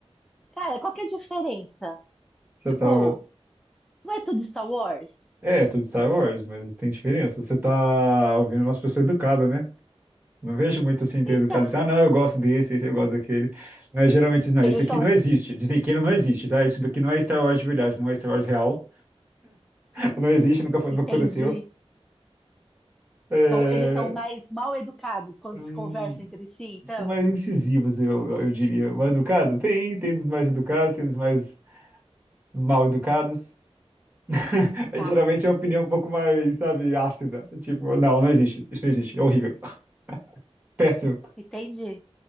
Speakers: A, in the centre; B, on the right.
A: Cara, qual que é a diferença?
B: Você
A: Tipo,
B: tava.
A: não é tudo Star Wars?
B: É, tudo Star Wars, mas tem diferença. Você tá ouvindo umas pessoas educadas, né? Não vejo muito assim ter
A: Então,
B: educado
A: <laughs>
B: assim, ah, não, eu gosto desse, esse eu gosto daquele. Mas geralmente, não,
A: eles
B: esse aqui
A: são,
B: não existe. Disney Canon não existe, tá? Isso daqui não é Star Wars de verdade, não é Star Wars real. <laughs> Não existe, nunca foi, nunca
A: entendi.
B: aconteceu. É...
A: São, eles são mais mal educados quando
B: hum,
A: se conversam entre si, então.
B: São mais incisivos, eu, eu diria. Mais educado? Tem, tem dos mais educados, tem dos mais mal educados. <laughs> É,
A: Tá,
B: Geralmente é uma opinião um pouco mais, sabe, ácida. Tipo, não, não existe. Isso não existe. É horrível. <laughs> Péssimo.
A: entendi.